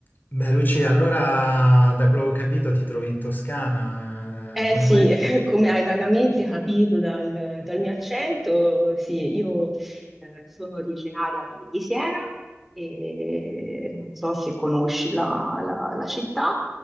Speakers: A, on the left (about 45°); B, in the centre.
A: Beh, Lucia, allora da quello che ho capito ti trovi in Toscana,
B: Eh
A: eh, come
B: sì,
A: mai?
B: <laughs> come hai vagamente capito dal, dal mio accento, sì, io eh, sono originaria di, di Siena e non so se conosci la, la- la città